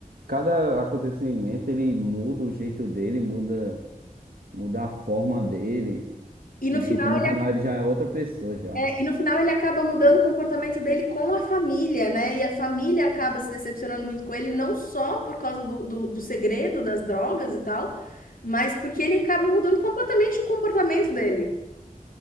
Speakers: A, on the right; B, on the left.
A: cada acontecimento ele muda o jeito dele, muda, muda a forma dele
B: E no
A: e,
B: final
A: tipo, no final ele já é outra pessoa, já.
B: É, e no final ele acaba mudando o comportamento dele com a família, né? E a família acaba se decepcionando muito com ele, não só por causa do, do, do segredo das drogas e tal, mas porque ele acaba mudando completamente o comportamento dele.